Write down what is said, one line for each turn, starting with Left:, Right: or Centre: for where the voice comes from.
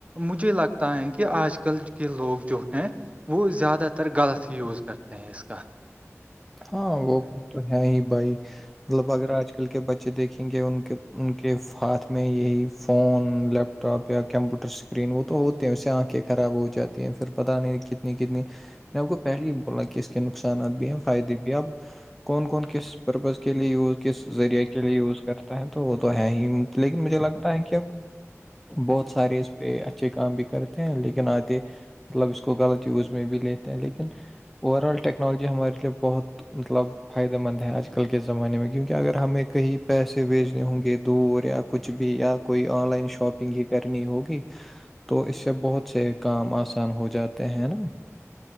Right: مجھے لگتا ہے کہ آج کل کے لوگ جو ہیں وہ زیادہ تر غلط ہی یوز کرتے ہیں اس کا
Centre: ہاں وہ تو ہے ہی بھائی مطلب اگر آج کل کے بچے دیکھے کیونکہ ان کے ان کے ہاتھ میں یہی فون لیپ ٹاپ یا کمپیوٹر اسکرین وہ تو ہوتے ہیں اسے آنکھیں خراب ہو جاتی ہیں پھر پتا نہیں کتنی کتنی میں آپ کو پہلے ہی بولا کہ اس کے نقصانات بھی ہیں فائدے بھی آپ کون کون کس پرپز کے لیے یوز کس ذریعے کے لیے یوز کرتا ہے تو وہ تو ہے ہی لیکن مجھے لگتا ہے کہ بہت سارے اس پہ اچھے کام بھی کرتے ہیں لیکن آگے مطلب اس کو غلط یوز میں بھی لیتے ہیں لیکن اوور آل ٹیکنالوجی ہمارے لیے بہت مطلب فائدہ مند ہیں آج کل کے زمانے میں کیونکہ اگر ہمیں کہیں پیسے بھیجنے ہوں گے دور یا کچھ بھی یا کوئی آن لائن شاپنگ ہی کرنی ہوگی تو اس سے بہت سے کام آسان ہو جاتے ہیں نا